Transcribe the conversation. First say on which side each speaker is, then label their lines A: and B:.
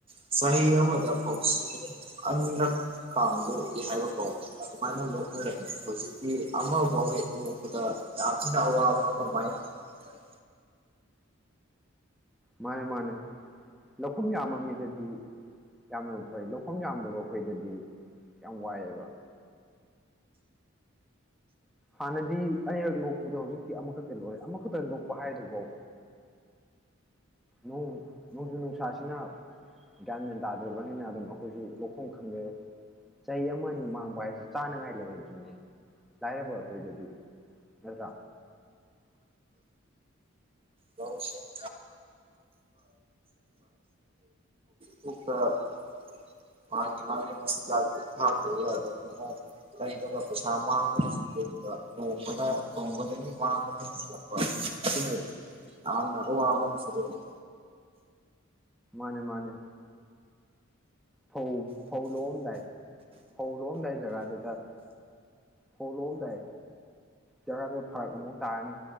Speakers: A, on the right; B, in the centre.
A: ꯁꯤ ꯆꯍꯤ ꯑꯃꯗ ꯐꯧꯁꯤ ꯑꯅꯤꯔꯛ ꯊꯥꯕ ꯍꯥꯢꯕ ꯐꯧꯁꯤ ꯑꯗꯨꯃꯥꯢꯅ ꯂꯣꯛꯅꯔꯝꯃꯤ ꯍꯧꯖꯤꯛꯇꯤ ꯑꯃꯐꯥꯎꯕ ꯂꯣꯛꯄꯗ ꯌꯥꯝ ꯊꯤꯅ ꯑꯋꯥꯕ ꯑꯃ ꯃꯥꯢꯌꯣꯛꯅꯔꯦ ꯍꯥꯢ ꯇꯥꯔꯦ
B: ꯃꯥꯟꯅꯦ ꯃꯥꯟꯅꯦ ꯂꯧꯐꯝ ꯌꯥꯝꯕ ꯃꯤꯗꯗꯤ ꯌꯥꯝꯅꯕꯨ ꯐꯔꯤ ꯂꯧꯐꯝ ꯌꯥꯝꯗꯕ ꯑꯩꯈꯣꯢꯗꯗꯤ ꯌꯥꯝ ꯋꯥꯌꯦꯕ ꯍꯥꯟꯅꯗꯤ ꯑꯅꯤꯔꯛ ꯂꯣꯛꯄꯗꯣ ꯍꯧꯖꯤꯛꯇꯤ ꯑꯃꯨꯛꯈꯛꯇ ꯂꯣꯛꯑꯦ ꯑꯃꯨꯛꯈꯛꯇ ꯂꯣꯛꯄ ꯍꯥꯢꯗꯨꯕꯧ ꯅꯣꯡ ꯅꯣꯡꯖꯨ ꯅꯨꯡꯁꯥꯁꯤꯅ ꯒ꯭ꯌꯥꯟ ꯃꯦꯟ ꯇꯥꯗ꯭ꯔꯕꯅꯤꯅ ꯑꯗꯨꯝ ꯑꯩꯈꯣꯢꯁꯨ ꯂꯣꯛꯐꯝ ꯈꯪꯗ꯭ꯔꯦ ꯆꯍꯤ ꯑꯃ ꯑꯅꯤ ꯃꯥꯡꯕ ꯍꯥꯢꯁꯦ ꯆꯥꯅꯤꯉꯥꯢ ꯂꯩꯔꯛꯇ꯭ꯔꯤꯅꯦ ꯂꯥꯢꯔꯕ ꯑꯩꯈꯣꯢꯗꯗꯤ ꯅꯠꯇ꯭ꯔ
A: ꯂꯧꯁꯤꯡ <unintelligible> ꯃꯥꯟꯅꯦ ꯃꯥꯟꯅꯦ ꯃꯆꯤꯟꯖꯥꯛꯇꯤ ꯊꯛꯇꯕ ꯌꯥꯗꯕꯅꯤꯅ ꯂꯩꯔꯒ ꯄꯩꯁꯥ ꯃꯥꯡꯕꯅ ꯁꯨꯝ ꯍꯦꯟꯖꯤꯜꯂꯛ ꯇꯣꯡꯕꯅ ꯇꯣꯡꯕꯗꯒꯤ ꯃꯥꯡꯕꯅ ꯍꯦꯟꯖꯤꯜꯂꯛꯄ ꯑꯁꯤꯅ ꯌꯥꯝꯅ ꯑꯋꯥꯕ ꯑꯃꯁꯨ ꯑꯣꯢꯔꯤ
B: ꯃꯥꯟꯅꯦ ꯃꯥꯟꯅꯦ ꯐꯧ ꯐꯧ ꯂꯣꯛꯑꯝꯗꯥꯢ ꯐꯧ ꯂꯣꯛꯑꯝꯗꯥꯢ ꯖꯒꯥꯗꯨꯗ ꯐꯧ ꯂꯣꯛꯑꯝꯗꯥꯢ ꯖꯒꯥꯗꯨ ꯐꯔꯛ ꯑꯃꯨꯛ ꯇꯥꯔꯅꯤ